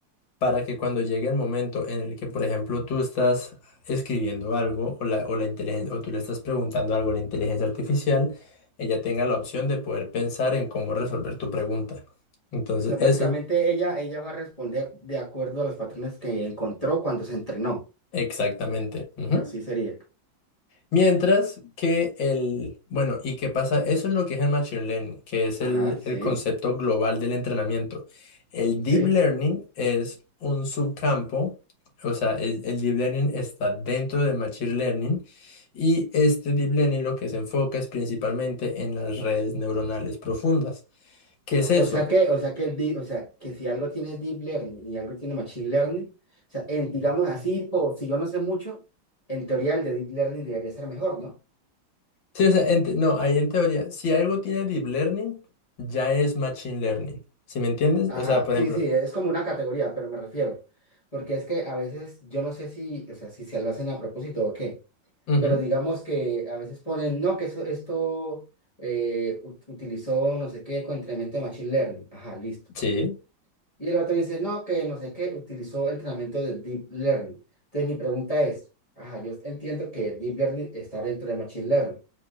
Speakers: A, on the left; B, on the left.
A: para que cuando llegue el momento en el que, por ejemplo, tú estás escribiendo algo o, la, o, la inteligen- o tú le estás preguntando algo a la inteligencia artificial, ella tenga la opción de poder pensar en cómo resolver tu pregunta. Entonces,
B: O sea, básicamente
A: eso
B: ella, ella va a responder de acuerdo a los patrones que encontró cuando se entrenó.
A: Exactamente. ujú.
B: Así sería.
A: Mientras que el, bueno, ¿y qué pasa? Eso es lo que es el Machine Learning, que es
B: Ajá,
A: el,
B: sí,
A: el concepto global del entrenamiento. El
B: ok.
A: Deep Learning es un subcampo, o sea, el, el Deep Learning está dentro de Machine Learning y este Deep Learning lo que se enfoca es principalmente en las redes neuronales profundas. ¿Qué es eso?
B: O sea que, o sea que el deep- o sea, que si algo tiene deep learning y algo tiene machine learning, o sea, en- digamos así, por si yo no sé mucho, en teoría el de deep learning debería ser mejor, ¿no?
A: Sí, o sea, en te- no, ahí en teoría, si algo tiene Deep Learning, ya es Machine Learning. ¿Sí me entiendes?
B: Ajá,
A: O sea, por
B: sí,
A: ejemplo,
B: sí, es como una categoría, pero me refiero, porque es que a veces yo no sé si, o sea, si se lo hacen a propósito o qué,
A: Ujú,
B: pero digamos que a veces ponen, no, que eso, esto eh, ut- utilizó no sé qué con entrenamiento de Machine Learning, ajá, listo.
A: sí.
B: Y el otro dice, no, que no sé qué, utilizó entrenamiento de Deep Learning. Entonces mi pregunta es, ajá, yo entiendo que Deep Learning está dentro de Machine Learning,